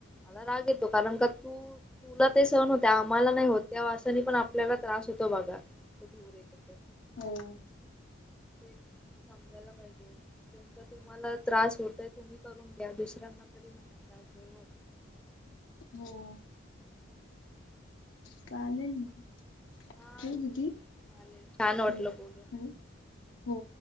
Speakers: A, in the centre; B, on the left.
A: मला राग येतो कारण का तू तुला ते सण होते आम्हाला नाही होते त्या वासानी पण आपल्याला त्रास होतो बघा तो दूर येतो
B: होम
A: तेच समजायला पाहिजे कोमचा तुम्हाला त्रास होतय तुम्ही करून घ्या दुसऱ्यांना तरी नका त्रास देऊ
B: हो चालेल मग
A: हा
B: ठेवू
A: ठीक
B: दीदी
A: चालेल छान वाटलं
B: हो
A: बूल
B: हो हो.